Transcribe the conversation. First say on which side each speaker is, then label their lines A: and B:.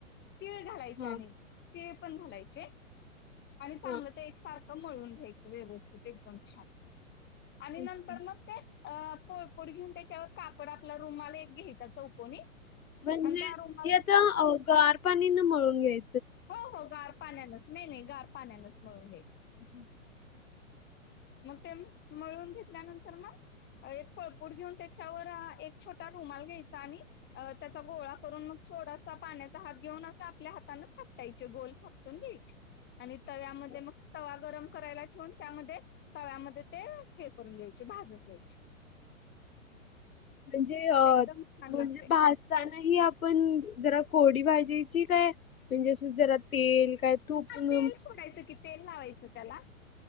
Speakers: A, on the left; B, on the left.
A: तिळ घालायचे
B: हां,
A: आणि तिळ पण घालायचे. आणि चांगलं
B: हां,
A: ते एक सारखं मळून घ्यायचं व्यवस्थित एकदम छान आणि
B: ओके.
A: नंतर मग ते अ पोळपोड घेऊन त्याच्यावर कापड आपल्या रूमाला एक घ्यायचा चौकोनी
B: म्हणजे
A: आणि त्या रुमाल
B: हे आता गार पाणी न मळून घ्याय
A: हो हो गार पाण्यानच नाय नाय गार पाण्यानच मळून घ्यायच.
B: <unintelligible>
A: मग ते मळून घेतल्यानंतर म एक पोळपाट घेऊन त्याच्यावर एक छोटा रुमाल घ्यायचा आणि अ त्याचा गोळा करून मग थोडासा पाण्याचा हात घेऊन असं आपल्या हाताने थापटायचे गोल थापटून घ्यायची. आणि तव्यामध्ये
B: अच्छा.
A: मग तवा गरम करायला ठेवून त्यामध्ये तव्याम त हे करून घ्यायचे भाजून घ्यायचे.
B: म्हणजे अ
A: एकदम छान
B: म्हणजे
A: लागते
B: भाज ता नाही आपण जरा कोरडी भाजायची काय म्हणजे जरा तेल काय तूप
A: म
B: न
A: तेल सोडायचं कि तेल लावायचं त्याला